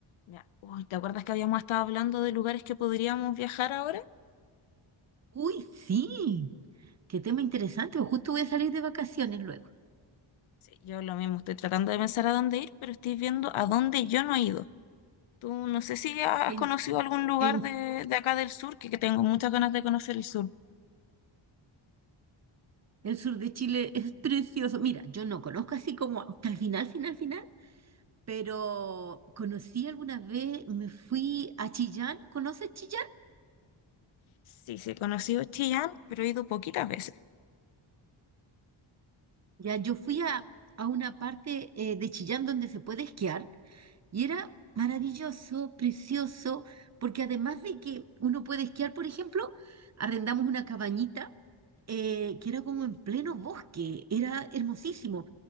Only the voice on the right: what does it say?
Uy, sí, qué tema interesante. pues Justo voy a salir de vacaciones luego.
En,
en
el sur de Chile <laughs> es precioso. Mira, yo no conozco así como hasta el final, final, final, pero conocí alguna vez, me fui a Chillán. ¿Conoces Chillán?
Ya, yo fui a, a una parte eh, de Chillán donde se puede esquiar y era maravilloso, precioso, porque además de que uno puede esquiar, por ejemplo, arrendamos una cabañita eh, que era como en pleno bosque, era hermosísimo.